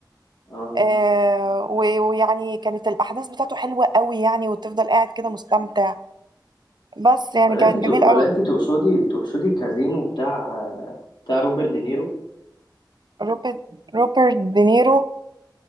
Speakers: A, on the left; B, on the right.
A: اه
B: آه و- ويعني كانت الأحداث بتاعته حلوة قوي يعني وتفضل قاعد كده مستمتع بس يعني
A: ولا
B: كان
A: انت تق-
B: جميل
A: ولا
B: قوي
A: انت تقصدي تقصدي كازينو بتاع آه، بتاع روبرت دينيرو
B: روبرت روبرت دينيرو